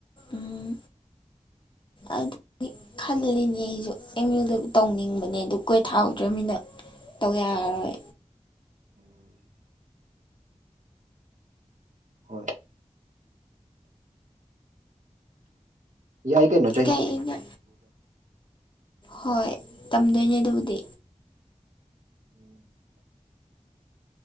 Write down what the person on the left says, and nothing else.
ꯎꯝ ꯑꯗꯨꯗꯒꯤ ꯈꯜꯂꯤꯅꯦ ꯑꯩꯁꯨ ꯑꯦꯝ ꯌꯨꯗꯕꯨ ꯇꯧꯅꯤꯡꯕꯅꯦ ꯑꯗꯨ ꯀꯣꯏ ꯊꯥꯍꯧꯗ꯭ꯔꯕꯃꯤꯅ ꯇꯧ ꯌꯥꯔꯔꯣꯏ
ꯀꯩꯅꯦ ꯍꯣꯏ ꯇꯝꯗꯣꯏꯅꯦ ꯑꯗꯨꯕꯨꯗꯤ